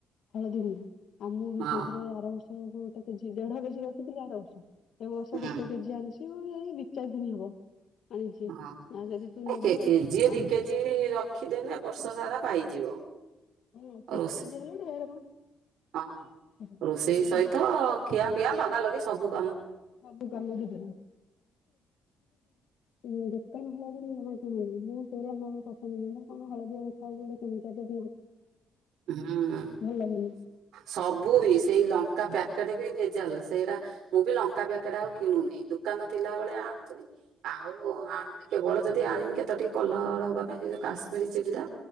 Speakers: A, on the left; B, on the right.
A: ହଳଦୀ ଗୁଣ୍ଡ ଆଉ ମୁଁ ବି
B: ହଁ
A: ସେଇଥିରେ ଆର ବର୍ଷ। ହଉ ହଉ ତେ କେଜି ଦେଢ଼ କେଜି ରଖଥିଲିର ବର୍ଷ। ଏ ବର୍ଷ
B: ହୁଁ
A: ଗୋଟେ କେଜି ଆଣିଛି। କି ଏଇ ଦିଚାରି ଦିନ ହବ। ଆଣିଛି
B: ହଁ
A: ନା ଯଦି ତୁ
B: ଏକ
A: ନବୁ
B: କେଜି
A: ଆ
B: ଦି କେଜି ରଖିଦେନ ବ ବର୍ଷ ସାରା ପାଇଯିବ।
A: ହଁ ଦି
B: ରୋଷେଇ
A: କେଜି ହେଲେ ଢେରେ ମ।
B: ହଁ
A: ମୁଁ
B: ରୋଷେଇ ସହିତ ଖିଆ ପିଆ ଲଗା ଲଗି ସବୁ ସବୁ।
A: କବୁ କାମ <unintelligible> ଯଉ ଦୋକାନ ହଳ ବୋଲି ଜମା ଚାୁଣି ମୁଁ ସେଇରେ ଆମ ପସନ୍ଦ ନ କଣ ହଳଦଆ ଦେଖାାଯାଉଛି ଗୋଟେ କେମିତି। <unintelligible>
B: ହୁଁ
A: ଭଲ ଲାଗୁନି।
B: ସବୁ ବି ସେଇ ଲଙ୍କା ପ୍ୟାକ୍ ପେକେଟ୍ ବି ଭେଜାଲ ସେଇଟା ମୁଁ ବି ଲଙ୍କା ପ୍ୟାକେଟ ଆଉ କିଣୁନି ଦୋକାନ ଥିଲାବେଳେଆ ଆଣୁୁଥୁନି ଆଉ ଆଣୁନି କେବଳ ଯଦି ଆଣିମି କେତେ ଟିକେ କଲର ହବା ପାଇଁ ସେ ଯୋଉ କଶ୍ମୀରୀ ଚିଲି ଟା